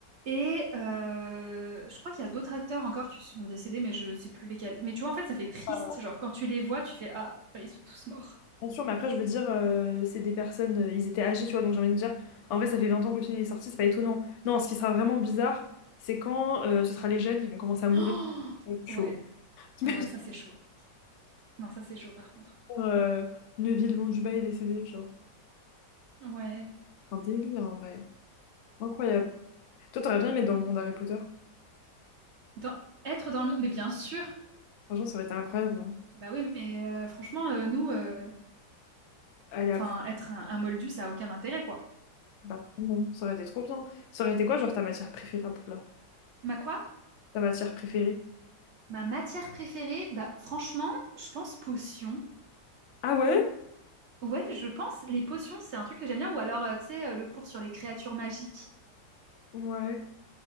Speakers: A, on the right (about 60°); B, on the left (about 70°).
A: Et euh, je crois qu'il y a d'autres acteurs encore qui sont décédés, mais je sais plus lesquels. Mais tu vois, en fait, ça fait triste.
B: Euh,
A: Genre, quand tu les vois, tu fais Ah, bah, ils sont tous morts.
B: Bien sûr, mais après, je veux dire, euh, c'est des personnes, euh, ils étaient âgés, tu vois, donc j'ai envie de dire, en vrai, ça fait 20 ans que le film est sorti, c'est pas étonnant. Non, ce qui sera vraiment bizarre, c'est quand euh, ce sera les jeunes, ils vont commencer à mourir.
A: Oh
B: Chaud.
A: ouais.
B: <laughs> T'imagines,
A: Ah ouais, ça c'est chaud. Non, ça c'est chaud par contre.
B: euh, Neville Londubat est décédé, genre.
A: Ouais.
B: C'est un délire, en vrai. Incroyable. Toi, t'aurais bien aimé être dans le monde Harry Potter.
A: Dans- être dans le monde, mais bien sûr.
B: Franchement, ça aurait été incroyable, non?
A: Bah oui, mais euh, franchement, euh, nous, euh,
B: Aller à
A: enfin,
B: Poudlard.
A: être un, un moldu, ça a aucun intérêt, quoi.
B: Bah, non, ça aurait été trop bien. Ça aurait été quoi, genre, ta matière préférée à Poudlard?
A: Ma quoi?
B: Ta matière préférée?
A: Ma matière préférée, bah franchement, je pense potion.
B: Ah ouais?
A: Ouais, je pense. Les potions, c'est un truc que j'aime bien. Ou alors, euh, tu sais, euh, le cours sur les créatures magiques.
B: Ouais.